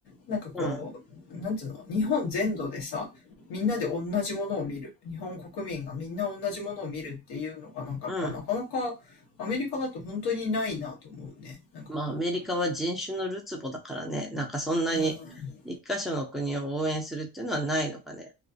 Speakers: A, on the left; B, in the centre.
A: う、なんかこう、
B: うん、
A: なんていうの、日本全土でさ、みんなで同じものを見る。日本国民がみんな同じものを見るっていうのがなんかやっぱなかなかアメリカだと本当にないなと思うね。
B: うん。
A: なんかこ
B: まあアメリカは人種のるつぼだからね、なんかそんなに一箇所の国を応援するっていうのはないのかね。
A: う、うん、